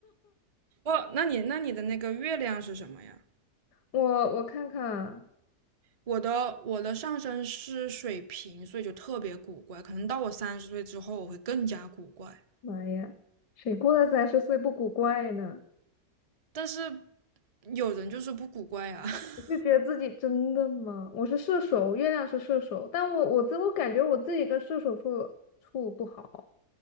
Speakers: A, on the right; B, on the left.
A: 哦，那你那你的那个月亮是什么呀？
B: 我我看看啊，
A: 我的我的上升是水瓶，所以就特别古怪。可能到我三十岁之后，我会更加古怪。
B: 妈呀，谁过了三十岁不古怪呢？
A: 但是有人就是不古怪啊，<laughs>
B: 我就觉得自己真的吗？我是射手，月亮是射手，但我我自我感觉我自己跟射手处处不好。